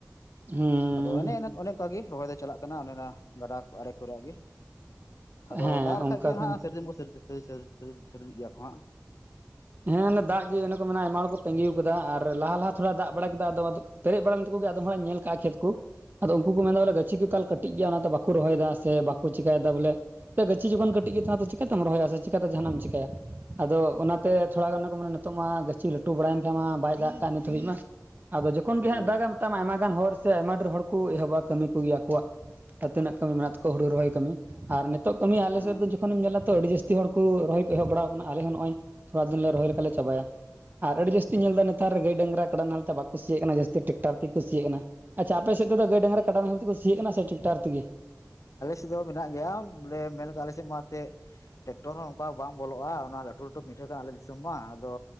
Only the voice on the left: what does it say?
ᱟᱫᱚ ᱚᱱᱮ ᱚᱱᱮ- ᱚᱱᱠᱟᱜᱮ ᱨᱚᱦᱚᱭ ᱫᱚ ᱪᱟᱞᱟᱜ ᱠᱟᱱᱟ ᱚᱱᱮ ᱚᱱᱟ ᱜᱟᱰᱟ ᱟᱲᱮ ᱠᱚᱨᱮ ᱜᱮ
ᱟᱫᱚ ᱫᱟᱜ ᱞᱮᱠᱷᱟᱡ
ᱜᱮ
ᱦᱟᱸᱜ ᱥᱟᱹᱨᱫᱤ ᱵ ᱥᱟᱹᱨᱤᱫᱤ ᱜᱮᱭᱟ ᱠᱚ ᱦᱟᱸᱜ
ᱟᱪᱪᱷᱟ
ᱴᱷᱤᱠ
ᱴᱷᱤᱠ᱾
ᱦᱮᱸ
ᱮᱫ ᱫᱚ <inaudible> ᱢᱮᱱᱟᱜ ᱜᱮᱭᱟ ᱵᱚᱞᱮ ᱢᱮᱱ ᱟᱞᱮᱥᱮᱫ ᱢᱟ ᱮᱱᱛᱮᱫ ᱴᱨᱮᱠᱴᱚᱨ ᱦᱚᱸ ᱚᱱᱠᱟ ᱵᱟᱝ ᱵᱚᱞᱚᱜᱼᱟ ᱚᱱᱟ ᱞᱟᱹᱴᱩ ᱞᱟᱹᱴᱩ ᱢᱤᱴᱷᱟᱹ ᱠᱟᱱᱟ ᱟᱞᱮ ᱫᱤᱥᱚᱢ ᱢᱟ ᱟᱫᱚ